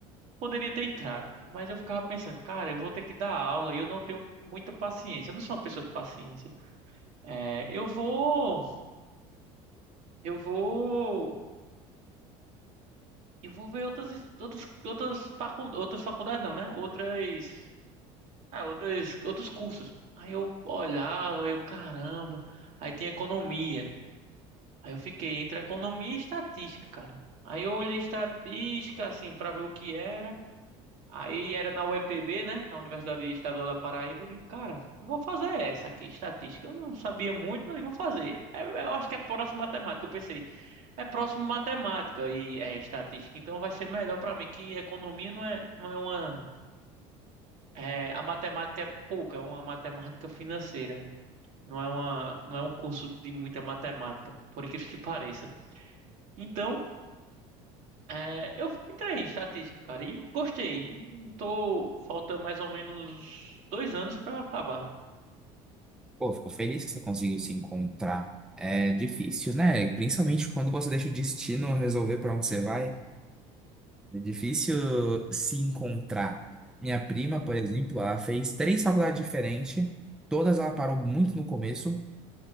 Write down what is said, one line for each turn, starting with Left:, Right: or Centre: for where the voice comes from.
Right: poderia ter entrado. Mas eu ficava pensando, cara, eu vou ter que dar aula e eu não tenho muita paciência. Eu não sou uma pessoa de paciência. É, eu vou, eu vou, eu vou ver outras, outras, outras facu, outras faculdades não, né? Outras, ah, outras, outros cursos. Aí eu olhava, eu, caramba, aí tinha economia. Aí eu fiquei entre economia e estatística, cara. Aí eu olhei estatística, assim, pra ver o que era. Aí era na UEPB, né? Na Universidade Estadual da Paraíba. Eu digo, cara, eu vou fazer essa aqui, estatística. Eu não sabia muito, mas eu vou fazer. É, eu acho que é próximo matemática. Eu pensei, é próximo matemática e é estatística. Então vai ser melhor pra mim, que economia não é, não é uma. é, a matemática é pouca, é uma matemática financeira. Não é uma, não é um curso de muita matemática, por incrível que pareça. Então. É, eu entrei em estatística, cara, e gostei. E Tô, falta mais ou menos dois anos pra eu acabar.
Centre: Pô, fico feliz que você conseguiu se encontrar. É difícil, né? Principalmente quando você deixa o destino resolver para onde você vai. É difícil se encontrar. Minha prima, por exemplo, ela fez três faculdades diferentes, todas ela parou muito no começo.